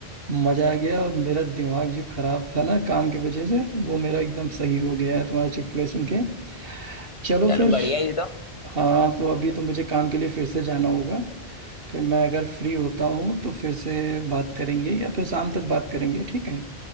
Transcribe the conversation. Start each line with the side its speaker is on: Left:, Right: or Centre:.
Right: मजा आ गया और मेरा दिमाग जो खराब था ना काम की वजह से वो मेरा एकदम सही हो गया है तुम्हारे चुटकुले सुन के चलो
Left: चलो
Right: फिर
Left: बढ़िया ही तो
Right: हाँ तो अभी तो मुझे काम के लिए फिर से जाना होगा फिर मैं अगर फ्री होता हूँ तो फिर से बात करेंगे या फिर शाम तक बात करेंगे ठीक है